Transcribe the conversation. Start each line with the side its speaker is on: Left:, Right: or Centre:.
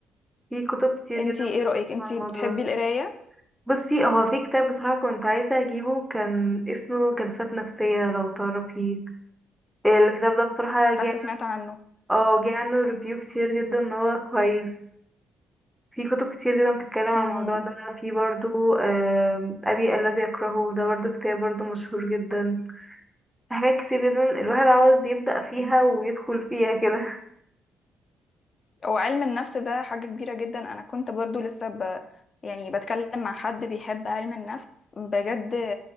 Centre: في كتب كتير
Left: انتي
Centre: جدا بتتكلم
Left: ايه رأيك انتي
Centre: عن الموضوع
Left: بتحبي
Centre: ده
Left: القراية
Centre: بصي هو في كتاب بصراحة كنت عايزة أجيبه كان اسمه جلسات نفسية لو تعرفيه الكتاب ده بصراحة جه
Left: حاسة سمعت عنه
Centre: اه جه عنه ريفيو كتير جدا ان هو كويس في كتب كتير جدا بتتكلم عن
Left: امم
Centre: الموضوع ده في برضو آم، أبي الذي يكرهه ده برضو كتاب برضو مشهور جدا في حاجات كتير جدا الواحد عاوز يبدأ فيها ويدخل فيها كده
Left: هو علم النفس ده حاجة كبيرة جدا أنا كنت برضو لسه ب... يعني بتكلم مع حد بيحب علم النفس بجد